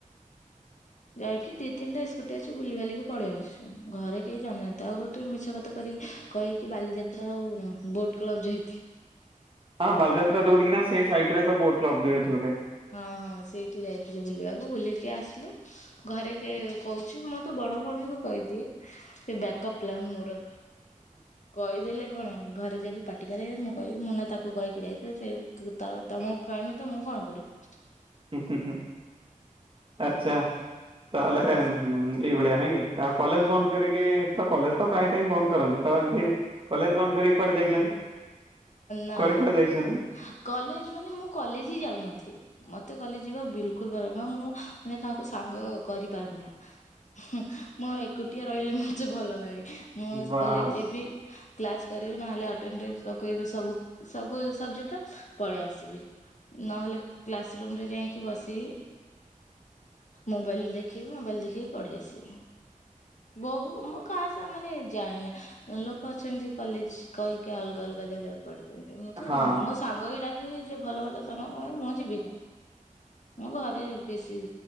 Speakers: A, on the left; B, on the right.
A: ଯାଇକି ଦି ତିନିଟା ସ୍କୁଟି ଅଛି ବୁଲିିବାଲିିକ ପଳେଇ ଆସଛୁ ଘରେ। କେହି ଜଣିନାହାଁନ୍ତି ଆଉ ଗୋଟେ ମିଛ କଥା କରିକି କହିକି ବାଲିଯାତ୍ରା ଆଉ ବୋଟ୍ କ୍ଲବ୍ ଯାଇଥିଲ
B: ହଁ ବାଲିଯାତ୍ରା ଯୋଉଠି କି ନା ସେଇାଇଡରେ ତ ବୋଟ କ୍ଲବ ବି ଅଛି ଗୋଟେ।
A: ହଁ ହଁ ସେଇଠି ଯାଇଥିଲୁ ବୁଲିବାକୁ ବୁଲିକି ଆସିଲୁ। ଘରେ କିଏ କହୁଛି ମୁଁ ତ ବଡ ଭଉଣୀଙ୍କୁ କହିଦିଏ ସେ ବ୍ୟାକଅପ୍ ପ୍ଲାନ ମୋର। କହିଦେଲେ କଣ ଘରେ ଯଦି ପାଟି କରିବେ ମୁଁ କହିବି ମୁଁ ନା ତାକୁ କହିକି ଯାଇଥିଲି ସେ ତମକୁ କହନି ତ ମୁଁ କଣ କରିବି।
B: ହଁ ହୁଁ ହୁଁ ଆଚ୍ଛା ତାହଲେ
A: ହଁ ହଁ।
B: ଏଇଭଳିଆ ନାଇଁ କି। ଆଉ କଲେଜ ବନ୍ଦ କରିକି ତ କଲେଜ ତ ପ୍ରାୟ ଟାଇମ ବନ୍ଦ କରନ୍ତି। ତ ଏମତି କଲେଜ ବନ୍ଦ କରିକି କୁଆଡେ ଯାଇଛନ୍ତି
A: ନା
B: କୁଆଡେ
A: ନା
B: କୁଆଡେ ଯାଇଛନ୍ତି।
A: କଲେଜ ମାନେ ମୁଁ କଲେଜ ହିଁ ଯାଉନଥିଲି। ମତେ କଲେଜ ଯିବା ବିଲକୁଲ ଭ ମୁଁ ମାନେ କାହାକୁ ସାଙ୍ଗ କରିପାରେନା। ହୁଁ ମୁଁ ଏକୁଟିଆ ରହିଲେ ମୋତେ ଭଲ ଲାଗେ ମୁଁ ହଉଚି
B: ବାସ୍
A: କଲେଜ ଯିବି କ୍ଲାସ କରିବି ନହେଲେ ଆଟେଣ୍ଟେନ୍ସ ପକେଇବି ସବୁ। ସବୁ ସବଜେକ୍ଟରା ପଳେଇ ଆସିବି। ନହେଲେ କ୍ଲାସ ରୁମରେ ଯାଇକି ବସିବି। ମୋବାଇଲ ଦେଖିବି ମୋବାଇଲ ଦେଖିକି ପଢି ଆସିବି। ବହୁ ମୁଁ କାହା ସା ମାନେ ଜାଏନା। ଲୋକ ଅଛନ୍ତି କଲେଜ କହିକି ଅଲଗା ଅଲଗା ଜାଗାରେ ପଢିଛନ୍ତି ମୁଁ ତ
B: ହଁ
A: ମୋ ସାଙ୍ଗ ବି ଡାକିବେ ଯିଏ ଭଲ ଭଲ ସାଙ୍ଗ ମୋର ମୁଁ କହିବି ମୁଁ ଯିବିନି। ମୁ ଘରେ ବେଶୀ